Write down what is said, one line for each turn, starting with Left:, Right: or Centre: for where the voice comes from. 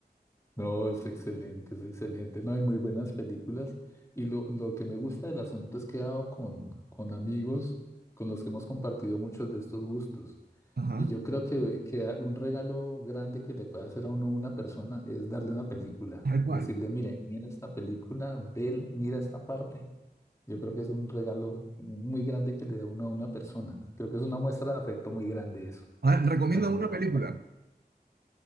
Left: no, es excelente, es excelente. No hay muy buenas películas. Y lo, lo que me gusta del asunto es que he dado con, con amigos con los que hemos compartido muchos de estos gustos.
Right: Ajá.
Left: Y yo creo que, que a- un regalo grande que le puede hacer a uno una persona es darle una película.
Right: Tal cual.
Left: Decirle, mire, mira esta película, ve, mira esta parte. Yo creo que es un regalo muy grande que le da uno a una persona. Creo que es una muestra de afecto muy grande eso,
Right: A ver, recomienda
Left: cuando
Right: una
Left: uno comparte.
Right: película.